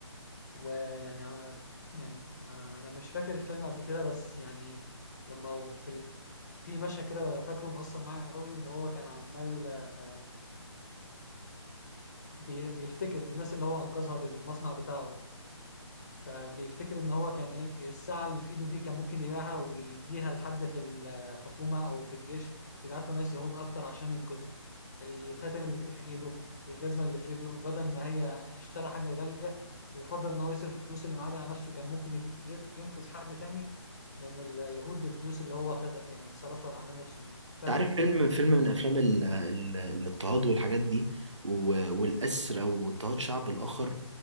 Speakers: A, on the left; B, on the right.
A: ويعني ع- يعني آه، انا مش فاكر الفيلم قد كده بس يعني لما في ال... في مشهد كده فاكره مؤثر معايا قوي ان هو كان عمال آه، بي... بيفتكر الناس اللي هو انقذها بالمصنع بتاعه ده فبيفتكر ان هو كان ايه الساعة اللي في ايده دي كان ممكن يبيعها ويديها لحد في الحكومة او في الجيش يبعت له ناس يهود اكتر عشان ينقذهم الخاتم اللي في ايده الجزمة اللي في رجله بدل ما هي اشترى حاجة غالية وفضل ان هو يصرف الفلوس اللي معاه دي على نفسه كان ممكن يبي- ي- ينقذ حد تاني من اليهود بالفلوس اللي هو خدها يعني صرفها على نفسه دي
B: انت
A: فاهم
B: عارف فيلم فيلم من افلام ال- ال- الاضطهاد والحاجات دي و- والاسر او اضطهاد شعب الاخر